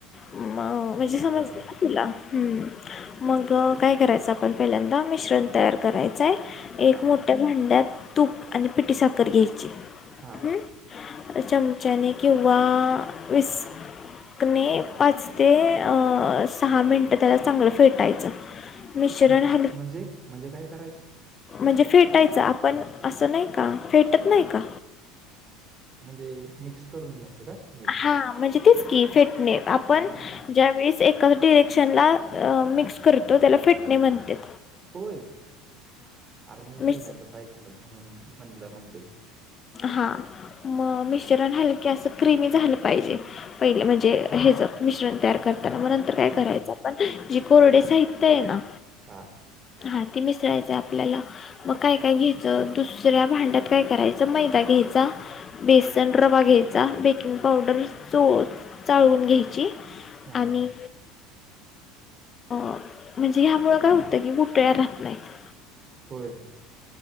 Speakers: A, on the left (about 25°); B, on the right (about 25°).
A: मग म्हणजे
B: हं,
A: समज
B: बरोबर.
A: <unintelligible> ना तुला? हम्म मग काय करायचं आपण पहिल्यांदा मिश्रण तयार कराय चाय एक
B: हां.
A: मोठ्या भांड्यात तूप आणि पिटी साखर घ्यायची.
B: हां.
A: हम्म. अ चमच्याने किंवा विस्कने पाच ते अ सहा मिनटं त्याला चांगलं फेटायचं. मिश्रण
B: फेट
A: हल
B: म्हणजे म्हणजे काय करायचं?
A: म्हणजे फेटायचं आपण असं नाही का, फेटत नाही का
B: म्हणजे मिक्स करून घ्यायचं का नीट?
A: हां म्हणजे तेच की फेटणे आपण
B: हां.
A: ज्या वेळीस एक <unintelligible> डिरेक्शनला अ मिक्स करतो त्याला फेटणे म्हणत्यात.
B: होय, आर मी
A: मिक्स
B: पहिल्यांदाच ऐकलं म्हणून म्हणलं म्हणजे
A: हा म मिश्रण हालके असं क्रीमी झालं पाहिजे पयल म्हणजे हे च मिश्रण तयार करताना, मग नंतर काय
B: हं.
A: करायचं आपण जी कोरडे साहित्य आहे ना
B: हा.
A: हा ते मिसळायचं आपल्याला मग काय काय घ्यायचं दुसऱ्या भांड्यात काय करायचं. मैदा घ्यायचा. बेसन रवा घ्यायचा बेकिंग पावडर चो चाळून घ्यायची.
B: हां.
A: आणि. अ म्हणजे ह्यामुळं काय होतं की गुटळ्या राहत नाहीतं.
B: होय.